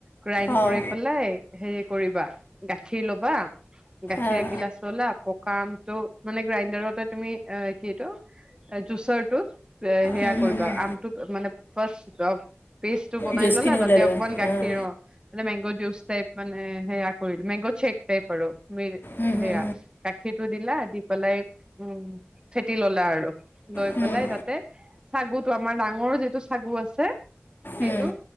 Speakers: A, on the right; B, on the left.
A: গ্ৰাইণ্
B: অঁ
A: কৰি পেলাই হেৰি কৰিবা গাখীৰ লবা গাখীৰ
B: অঁ
A: এগিলাচ ললা পকা আমটো মানে গ্ৰাইণ্ডাৰতে তুমি এ কি এইটো জুচাৰটোত সেয়া
B: উম, হুম,
A: কৰিবা
B: হুম।
A: আমটো মানে ফাৰ্ষ পেষ্টটো বনাই
B: জুচখিনি
A: ললা তাতে
B: ওলাই ল'বা
A: অকমান গাখীৰ
B: অঁ
A: অ, মানে মেংগ জুচ টাইপ মানে সেয়া কৰিলো মেংগ চেক টাইপ আৰু ম
B: উম,
A: সেয়া
B: হুম,
A: গাখীৰটো দিলা দি পেলাই উম ফেটি ললা আৰু লৈ
B: হুম,
A: পেলাই তাত চাগু আমাৰ ডাঙৰ যিটো চাগু আছে সেইটো
B: উম, উম,